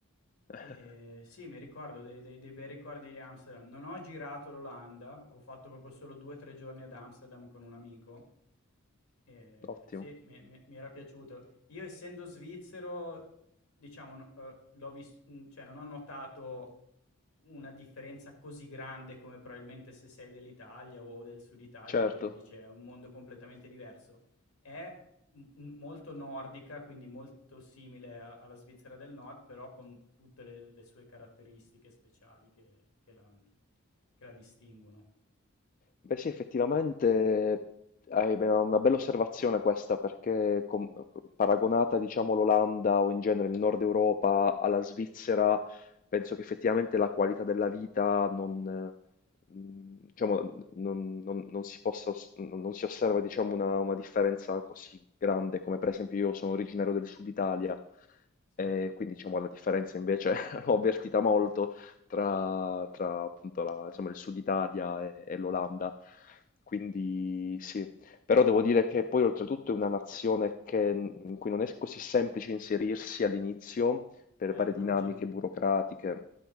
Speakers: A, on the left; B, on the left.
A: <laughs>
B: Ehm, sì, mi ricordo dei dei dei bei ricordi di Amsterdam. Non ho girato l'Olanda, ho fatto proprio solo 2, 3 giorni ad Amsterdam con un amico. Ehm,
A: ottimo,
B: sì, mi mi mi era piaciuto. Io essendo svizzero, diciamo, no uhm, l'ho vis mhmm, cioè non ho notato una differenza così grande come probabilmente se sei dell'Italia o del Sud Italia
A: certo.
B: che dice è un mondo completamente diverso. È m- molto nordica, quindi molto simile a- alla Svizzera del Nord, però con tutte le, le sue caratteristiche speciali che, che la, che la distinguono.
A: Beh sì, effettivamente hai be- una bella osservazione questa, perché com- paragonata, diciamo, l'Olanda o in genere il Nord Europa alla Svizzera, penso che effettivamente la qualità della vita non, eh, mh, diciamo, non- non- non si possa, os- non non si osserva, diciamo, una, una differenza così grande, come per esempio io sono originario del Sud Italia,
B: Sì.
A: e
B: Eh,
A: quindi, diciamo, la differenza invece <laughs> l'ho avvertita molto tra, tra, appunto la- insomma, il sud Italia e, e l'Olanda. Quindi sì, però devo dire che poi oltretutto è una nazione che- in cui non è così semplice inserirsi all'inizio per
B: eh,
A: varie
B: immagino.
A: dinamiche burocratiche.